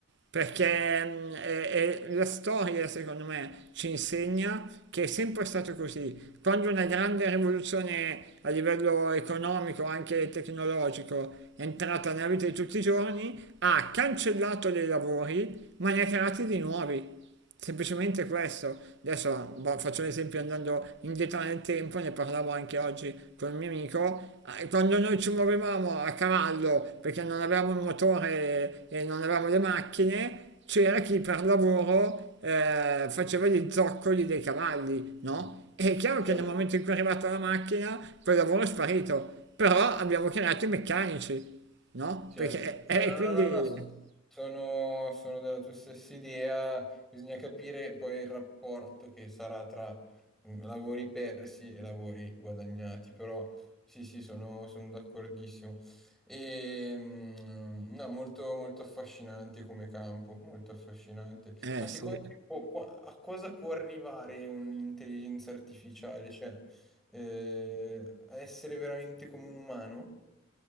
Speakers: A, on the right (about 60°); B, in the centre.
A: Perché mm, è- è- la storia, secondo me, ci insegna che è sempre stato così. Quando una grande rivoluzione a livello economico, anche tecnologico, è entrata nella vita di tutti i giorni, ha cancellato dei lavori, ma ne ha creati di nuovi. Semplicemente questo, adesso boh, faccio l'esempio andando indietro nel tempo, ne parlavo anche oggi con un mio amico, eh, quando noi ci muovevamo a cavallo perché non avevamo il motore e non avevamo le macchine, c'era chi per lavoro eh, faceva gli zoccoli dei cavalli, no?
B: Mm.
A: E è chiaro
B: Cioè,
A: che nel momento in cui è arrivata la macchina, quel lavoro è sparito, però abbiamo creato i meccanici, no?
B: Certo,
A: Perché, eh,
B: Certo,
A: quindi...
B: no, no, no, son- sono, sono della tua stessa idea, bisogna capire poi il rapporto che sarà tra mm, lavori persi e lavori guadagnati, però sì, sì, sono, sono d'accordissimo. E, mm, no, molto, molto affascinante come campo, molto affascinante.
A: Eh
B: Ma secondo
A: sì.
B: te co- qua- a cosa può arrivare un'intelligenza artificiale? Cioè, eh, a essere veramente come un umano?